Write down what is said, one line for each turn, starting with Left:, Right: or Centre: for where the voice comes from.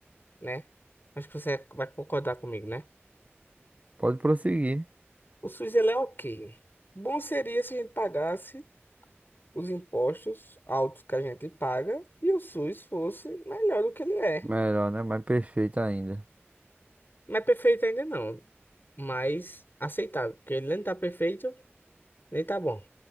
Left: né? Acho que você vai concordar comigo, né?
Right: Pode prosseguir.
Left: O SUS ele é ok. Bom seria se a gente pagasse os impostos altos que a gente paga e o SUS fosse melhor do que ele é.
Right: Melhor, né? Mais perfeito ainda.
Left: Não é perfeito ainda não, mas aceitável, porque ele nem tá perfeito, nem tá bom.